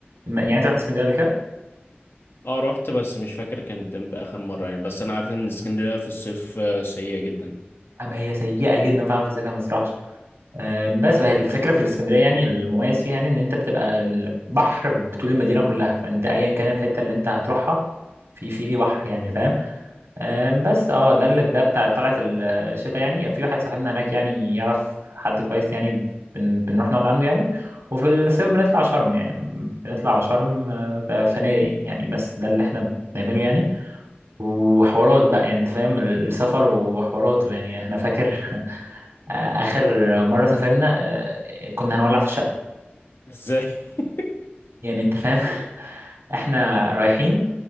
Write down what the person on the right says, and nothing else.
يعني انت رحت اسكندريه قبل كده
اما هي سيئه جدا فعلا في الصيف هي ما تروحش آه، بس بقى الفكره في الاسكندريه يعني المميز فيها يعني ان انت بتبقى البحر بطول المدينه كلها فانت ايا كان الحته اللي انت هتروحها في في في بحر يعني فاهم آه، بس اه ده اللي ده بتاع طلعت الشتاء يعني في واحد صاحبنا هناك يعني يعرف حد كويس يعني بن بنروح نقعد عنده يعني وفي الصيف بنطلع شرم يعني بنطلع شرم آه، ف- فنادق يعني بس ده اللي احنا بنعمله يعني وحوارات بقى يعني انت فاهم السفر وحوارات يعني انا فاكر <laughs> اخر مره سافرنا آه، كنا هنولع في الشقه
يعني انت فاهم <laughs> احنا رايحين